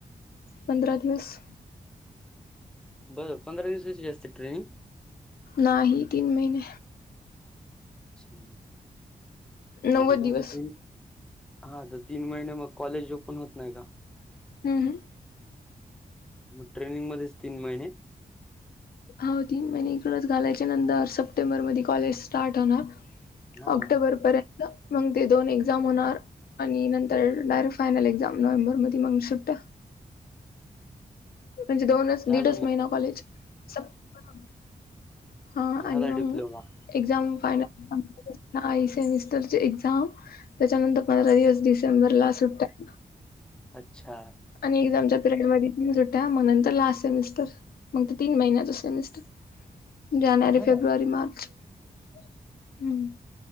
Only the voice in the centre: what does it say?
बरं पंधरा दिवसची असते ट्रेनिंग?
अच्छा
आणि
तुमचे तीन हा तर तीन महिन्यांत मग कॉलेज होपण होत नाही का?
मग ट्रेनिंग मध्येच तीन महिने
हा
झालं
मग
झाला
डिप्लोमा
हा
अच्छा
हा